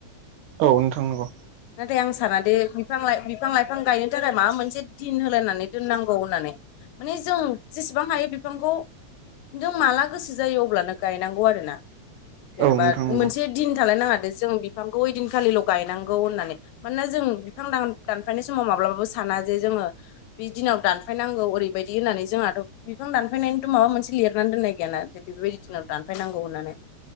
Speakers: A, on the right; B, on the left.
A: औ नोंथां नंगौ।
B: नाथाय आं साना दे बिफां बिफां लाइफां गायनो थाखाय माबा मोनसे दिन होलायनानै दोननांगौ होननानै माने जों जेसेबां हायो बिफांखौ नों माला गोसो जायो अब्लानो गायनांगौ आरोना जेनेबा
A: औ नोंथां नंगौ
B: मोनसे दिन थालायनाङादो जों बिफांखौ ओइदिनखालिल' गायनांगौ होननानै मानोना जों बिां दानफायनाय समाव माब्लाबाबो साना जे जोङो बे दिनाव दानफायनांगौ ओरैबायदि होननानै जोंहाथ' बिफां दानफायनायनिथ' माबा मोनसे लिरनानै दोननाय गैयाना दे बेबायदि दिनाव दानफ फायनांगौ होननानै